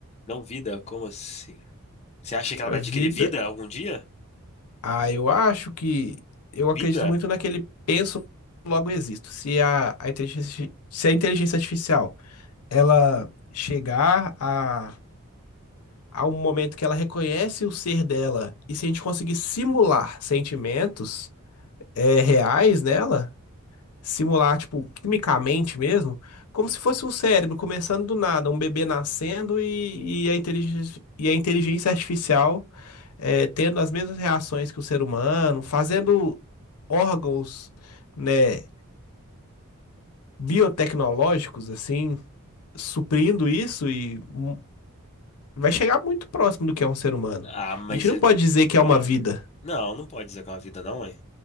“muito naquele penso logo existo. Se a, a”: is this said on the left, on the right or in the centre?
Left